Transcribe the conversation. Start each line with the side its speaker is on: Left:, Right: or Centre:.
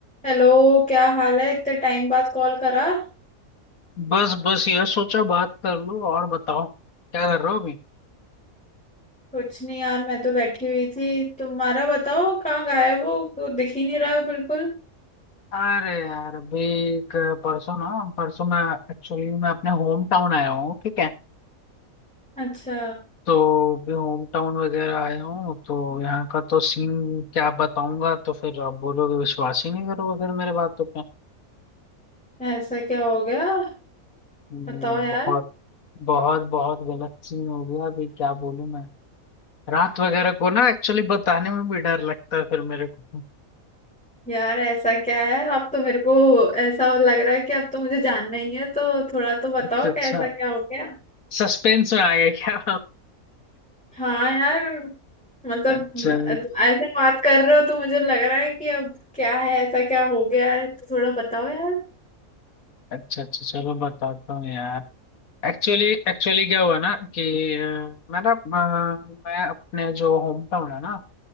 Centre: हेलो क्या हाल है इतने टाइम बाद कॉल करा
Left: बस बस यह सोचा बात कर लो और बताओ क्या कर रहे हो अभी
Centre: कुछ नहीं यार मैं तो बैठी हुई थी तुम्हारा बताओ कहाँ गायब हो को दिख ही नहीं रहा हो बिल्कुल
Left: अरे यार अभी एक परसों ना परसों मैं एक्चुअली मैं अपने होम टाउन आया हूँ ठीक है
Centre: अच्छा
Left: तो अभी होम टाउन वगैरह आया हूँ तो यहाँ का तो सीन क्या बताऊंगा तो फिर आप बोलोगे विश्वास ही नहीं करोगे फिर मेरे बातों पे
Centre: ऐसा क्या हो गया
Left: नहीं,
Centre: बताओ यार
Left: बहुत बहुत बहुत गलत सीन हो गया अभी क्या बोलूं मैं रात वगैरह को ना एक्चुअली बताने में भी डर लगता है फिर मेरे को <laughs>
Centre: यार ऐसा क्या है अब तो मेरे को ऐसा लग रहा है कि अब तो मुझे जानना ही है तो थोड़ा तो बताओ
Left: अच्छा अच्छा
Centre: कि ऐसा क्या हो गया
Left: सस्पेंस में आ गए क्या
Centre: हाँ यार मतलब
Left: अच्छा
Centre: ऐसे बात कर रहे हो तो मुझे लग रहा है कि अब क्या है ऐसा क्या हो गया है तो थोड़ा बताओ यार
Left: अच्छा अच्छा चलो बताता हूँ यार एक्चुअली एक्चुअली क्या हुआ ना कि अ, मैं ना अ, मैं अपने जो होम टाउन है ना